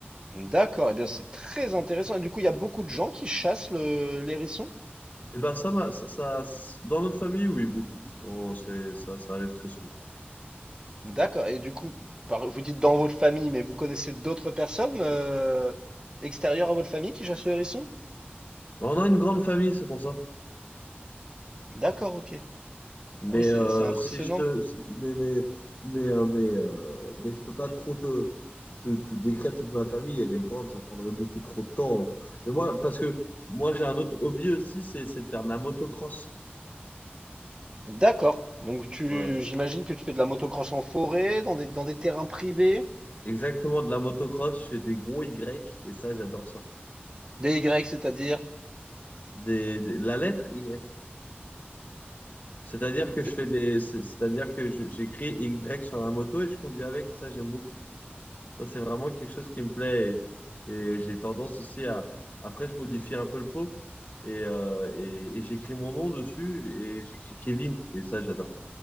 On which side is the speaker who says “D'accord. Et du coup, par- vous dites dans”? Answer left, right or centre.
Right